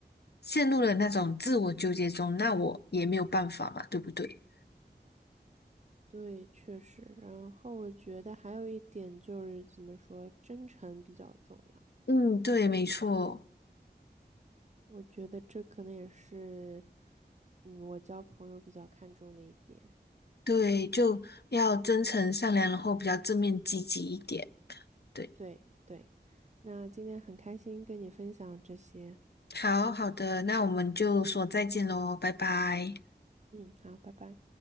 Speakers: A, on the left; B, on the right.
A: 陷入了那种自我纠结中，那我也没有办法嘛，对不对？
B: 对，确实。然后我觉得还有一点就是怎么说，真诚比较重要。
A: 嗯，对，没错，
B: 我觉得这可能也是，嗯，我交朋友比较看重的一点。
A: 对，就要真诚善良，然后比较正面积极一点。对，
B: 对对。那今天很开心跟你分享这些。
A: 好好的，那我们就说再见喽，拜拜。
B: 嗯，好，拜拜。